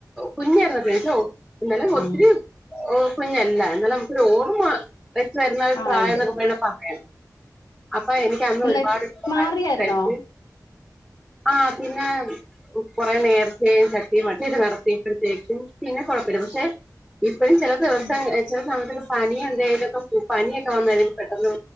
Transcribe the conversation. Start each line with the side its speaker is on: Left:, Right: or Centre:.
Centre: കുഞ്ഞയ്ര്ന്നപ്പഴാ എനിക്ക് ഒ ന്നാലും ഒത്തിരി
Left: ആഹ്
Centre: കുഞ്ഞല്ല എന്നാലു നമുക്കൊരു ഓർമ്മ വെച്ച് വരുന്ന ഒരു
Left: ആഹ്
Centre: പ്രായം
Left: ഇണ്ട്
Centre: എന്നൊക്കെ പറയണ ഒര് സമയം അപ്പൊ എനിക്ക് എനിക്ക് അന്ന്
Left: എന്ത
Centre: ഒരുപാട്ഇഷ്ട്ടം
Left: മാറിയായിരുന്നോ
Centre: ആയിരുന്നു കരിക്ക് ആ പിന്നെ കൊറെ നേർച്ചയും ചട്ടിയും മറ്റെ ഇത് നടത്തിയപ്പോഴത്തേക്കും പിന്നെ കൊഴപ്പല്ല പക്ഷെ ഇപ്പഴും ചെല ദിവസങ്ങള്
Left: ഉം
Centre: ചെല സമത്ത് പനി എന്തേലോക്കെ പനിയൊക്കെ വന്നാലും പെട്ടെന്ന്